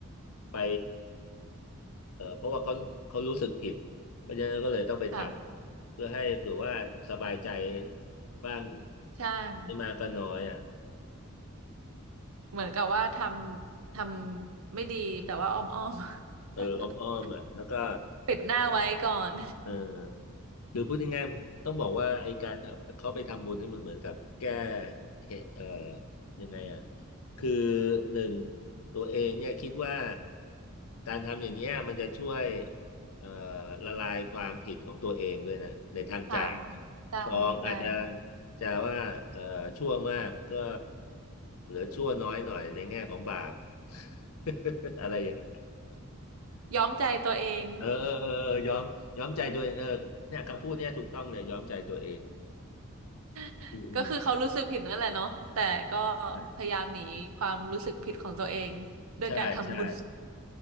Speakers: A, on the left; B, on the right.
A: ไปเออเพราะว่าเขาเขารู้สึกผิด เพราะฉะนั้นก็เลยต้องไปทำเพื่อให้เผื่อว่าสบายใจ
B: ค่ะ
A: บ้าง
B: ใช่
A: ไม่มากก็น้อยอ่ะ
B: เหมือนกับว่าทำทำไม่ดีแต่ว่าอ้อมอ้อม
A: เอออ้อมๆอ่ะแล้วก็
B: <laughs> ปิดหน้าไว้ก่อน
A: เออ หรือพูดง่ายๆต้องบอกว่าไอการทำเขาไปทำบุญนี่มันเหมือนกับแก้เทเอ่อยังไงอ่ะคือหนึ่งตัวเองเนี่ยคิดว่าการทำอย่างเงี้ยมันจะช่วยเอ่อละลายความผิดของตัวเองด้วยนะในทางใจ
B: ค่ะใช่ใช่
A: สองอาจจะจะว่าเอ่อชั่วมากก็เหลือชั่วน้อยหน่อยในแง่ของบาป <laughs> อะไรอย่างเงี้ย
B: ย้อมใจตัวเอง
A: เออเออเออเออยอมยอมใจตัวเองเออเนี่ยคำพูดเนี่ยถูกต้องเลยยอมใจตัวเอง
B: <laughs>
A: อืมอืม
B: ก็คือเขารู้สึกผิดนั่นแหละเนาะแต่ก็
A: ใช่
B: พยายามหนีความรู้สึกผิดของตัวเองด้วยการทำบุญ
A: ใช่ใช่